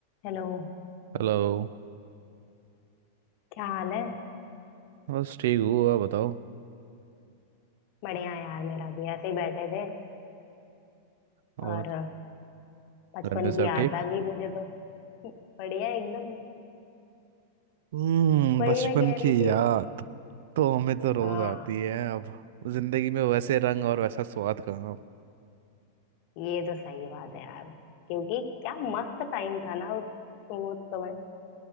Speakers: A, on the left (about 45°); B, on the right (about 60°).
A: Hello
B: Hello
A: क्या हाल है
B: बस ठीक हूँ आप बताओ
A: बढ़िया यार मेरा भी ऐसे ही बैठे थे
B: और
A: और बचपन
B: घर में सब
A: की याद
B: ठीक
A: आ गई मुझे तो बढ़िया एकदम
B: हम्म
A: वही
B: बचपन
A: मैं कह
B: की
A: रही थी
B: याद तो हमें तो रोज
A: हाँ
B: आती है अब जिंदगी में वैसे रंग और वैसा स्वाद कहाँ
A: ये तो सही बात है यार क्योंकि क्या मस्त टाइम था ना उस वो समय